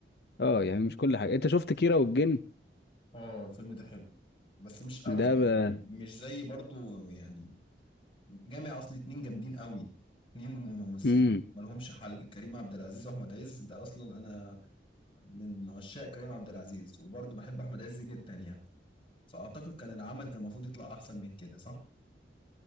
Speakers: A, on the left (about 65°); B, on the left (about 30°).
A: اه يعني مش كل حاجة انت شفت كيرة والجن
B: اه الفيلم ده حلو بس مش قوي
A: ده ب...
B: يعني مش زي برضو يعني جامع أصل اتنين جامدين قوي اتنين ممثلين
A: مم.
B: مالهمش حل كريم عبد العزيز وأحمد عز ده أصلا أنا من عشاق كريم عبد العزيز وبرضو بحب أحمد عز جدا يعني فأعتقد كان العمل كان المفروض يطلع أحسن من كده صح؟